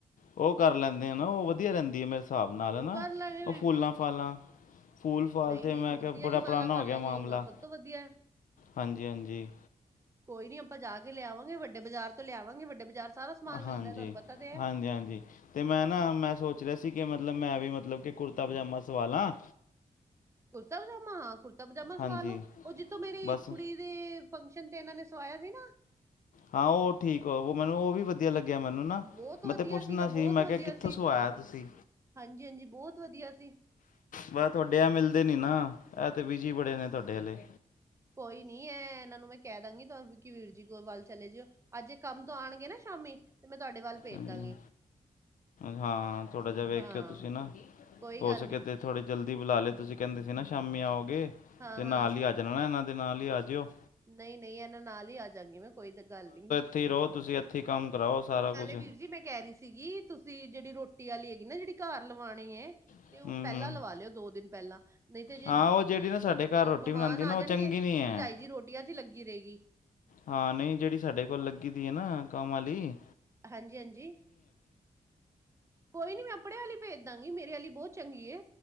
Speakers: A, on the left (about 70°); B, on the right (about 20°).
A: ਉਹ ਕਰ ਲੈਨੇ ਆ ਨਾ ਉਹ ਵਧੀਆ ਰਹਿੰਦੀ ਹੈ ਮੇ ਹਿਸਾਬ ਨਾਲ
B: ਉਹ
A: ਹਨਾ
B: ਕਰ ਲਾਂਗੇ ਵੀਰ
A: ਉਹ ਫੂਲਾਂ
B: ਜੀ
A: ਫਾਲਾਂ ਫੂਲ ਫਾਲ
B: ਨਹੀਂ
A: ਤੇ
B: ਨਹੀਂ
A: ਮੈਂ
B: ਮੋਤੀ
A: ਕਿਹਾ
B: ਵਾਲੀ
A: ਬੜਾ ਪੁਰਾਣਾ
B: ਮਾਲਾ ਕਰ
A: ਹੋ ਗਿਆ
B: ਲਾਂਗੇ
A: ਮਾਮਲਾ
B: ਉਹ ਸਭ ਤੋਂ ਵਧੀਆ
A: ਹਾਂਜੀ- ਹਾਂਜੀ।
B: ਕੋਈ ਨੀ ਆਪਾਂ ਜਾ ਕੇ ਲਿਆਵਾਂਗੇ ਵੱਡੇ ਬਾਜ਼ਾਰ ਤੋਂ ਲਿਆਵਾਂਗੇ ਵੱਡੇ ਬਾਜ਼ਾਰ ਸਾਰਾ ਸਮਾਨ ਮਿਲਦਾ
A: ਹਾਂਜੀ
B: ਤੁਹਾਨੂੰ ਪਤਾ ਤੇ ਹੈ।
A: ਹਾਂਜੀ -ਹਾਂਜੀ। ਤੇ ਮੈਂ ਨਾ ਮੈਂ ਸੋਚ ਰਿਹਾ ਸੀ ਕਿ ਮਤਲਬ ਮੈਂ ਵੀ ਮਤਲਬ ਕਿ ਕੁੜਤਾ ਪਜਾਮਾ ਸਵਾਲਾ।
B: ਕੁੜਤਾ ਪਜਾਮਾ ਹਾਂ, ਕੁੜਤਾ ਪਜਾਮਾ ਸੁਵਾਲੋ,
A: ਹਾਂਜੀ
B: ਉਹ ਜਿੱਥੋਂ ਮੇਰੀ
A: ਬਸ
B: ਕੁੜੀ ਦੇ ਫੰਕਸ਼ਨ ਤੇ ਇਹਨਾਂ ਨੇ ਸਵਾਇਆ ਸੀ ਨਾ।
A: ਹਾਂ ਉਹ ਠੀਕ ਹੈ ਮੈਨੂੰ ਉਹ ਵੀ ਵਧੀਆ ਲੱਗਿਆ ਮੈਨੂੰ
B: ਬਹੁਤ ਵਧੀਆ
A: ਮੈਂ ਤੇ ਪੁੱਛਣਾ
B: ਸੀਗਾ
A: ਸੀ
B: ਬਹੁਤ
A: ਮੈਂ
B: ਵਧੀਆ
A: ਕਿਹਾ ਕਿੱਥੋਂ
B: ਸੀ
A: ਸਵਾਇਆ ਤੁਸੀਂ।
B: ਹਾਂਜੀ ਹਾਂਜੀ ਬਹੁਤ ਵਧੀਆ ਸੀ
A: ਬਸ ਤੁਹਾਡੇ ਆ ਮਿਲਦੇ ਨੀ ਨਾ ਇਹ ਤੇ ਬਜੀ ਬੜੇ ਨੇ ਤੁਹਾਡੇ ਆਲੇ।
B: ਕੋਈ ਨੀ ਹੈ ਇਹਨਾਂ ਨੂੰ ਮੈਂ ਕਹਿ ਦਾਂਗੀ ਵਿਕੀ ਵੀਰ ਜੀ ਕੋ ਵੱਲ ਚਲੇ ਜੀਓ। ਅੱਜ ਕੰਮ ਤੋਂ ਆਉਣਗੇ ਨਾ ਸ਼ਾਮੀ ਤੇ ਮੈਂ ਤੁਹਾਡੇ ਵੱਲ ਭੇਜ
A: ਹਾਂਜੀ
B: ਦਾਂਗੀ।
A: ਹਾਂ ਥੋੜਾ ਜਿਹਾ ਵੇਖਿਓ
B: ਹਾਂ
A: ਤੁਸੀਂ ਨਾ
B: ਕੋਈ
A: ਹੋ
B: ਗੱਲ
A: ਸਕੇ
B: ਨੀ
A: ਤੇ ਥੋੜੀ ਜਲਦੀ ਬੁਲਾ ਲਏ ਤੁਸੀਂ ਕਹਿੰਦੇ ਸੀ ਨਾ ਸ਼ਾਮੀ ਆਓਗੇ
B: ਹਾਂ
A: ਤੇ
B: ਹਾਂ
A: ਨਾਲ ਹੀ ਹਨਾ ਇਹਨਾਂ ਦੇ ਨਾਲ ਹੀ ਆਜਿਓ
B: ਨਹੀਂ ਨਹੀਂ ਇਹਨਾਂ ਨਾਲ ਹੀ ਆ ਜਾਂਗੀ ਮੈਂ ਕੋਈ ਤਾਂ ਗੱਲ ਨਹੀ।
A: ਉੱਥੀ ਰਹੋ ਤੁਸੀਂ ਅੱਥੀਂ ਕੰਮ ਕਰਾਓ ਸਾਰਾ ਕੁਛ।
B: ਵੀਰ ਜੀ ਮੈਂ ਕਹਿ ਰਹੀ ਸੀਗੀ ਤੁਸੀਂ ਜਿਹੜੀ ਰੋਟੀ ਵਾਲੀ ਹੈਗੀ ਨਾ ਜਿਹੜੀ ਘਰ ਲਵਾਉਣੀ ਹੈ
A: ਹੂੰ
B: ਤੇ ਉਹ ਪਹਿਲਾਂ
A: ਹੂੰ
B: ਲਵਾ ਲਿਓ ਦੋ ਦਿਨ ਪਹਿਲਾਂ ਨਹੀਂ ਤੇ ਜੇ
A: ਹਾਂ ਉਹ ਜਿਹੜੀ ਨਾ ਸਾਡੇ ਘਰ ਰੋਟੀ
B: ਮਮਾਨ
A: ਬਣਾਉਂਦੀ
B: ਆ
A: ਨਾ
B: ਜਾਣਗੇ
A: ਉਹ ਚੰਗੀ
B: ਤੇ
A: ਨਹੀਂ ਹੈ
B: ਭਰਜਾਈ ਜੀ ਰੋਟੀਆਂ ਚ ਹੀ ਲੱਗੀ ਰਹੇਗੀ।
A: ਹਾਂ ਨਹੀਂ ਜਿਹੜੀ ਸਾਡੇ ਕੋਲ ਲੱਗੀ ਦੀ ਏ ਨਾ ਕੰਮ ਆਲੀ
B: ਹਾਂਜੀ-ਹਾਂਜੀ। ਕੋਈ ਨੀ ਮੈਂ ਆਪਣੇ ਆਲੀ ਭੇਜ ਦਾਂਗੀ ਮੇਰੇ ਆਲੀ ਬਹੁਤ ਚੰਗੀ ਏ।